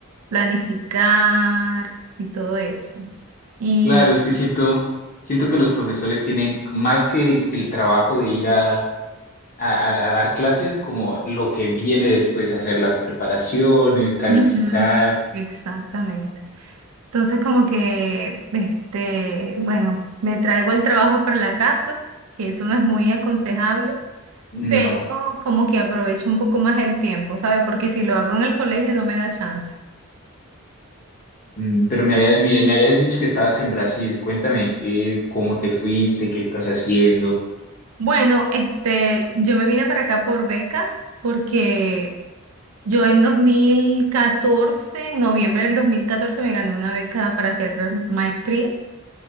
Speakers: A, on the right; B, on the left.
A: planificar y todo eso. Y
B: Claro, es que siento, siento que los profesores tienen más que, que el trabajo de ir a, a, a dar clases, como lo que viene después, hacer las preparaciones, calificar.
A: Ujú, exactamente. Entonces como que, este, bueno, me traigo el trabajo para la casa, que eso no es muy aconsejable. pero
B: No.
A: como que aprovecho un poco más el tiempo, ¿sabes? Porque si lo hago en el colegio no me da chance.
B: Mm, Pero me había, mire, me habías dicho que estabas en Brasil. Cuéntame qué, cómo te fuiste, qué estás haciendo.
A: Bueno, este, yo me vine para acá por beca porque yo en 2014, en noviembre del 2014, me gané una beca para hacer maestría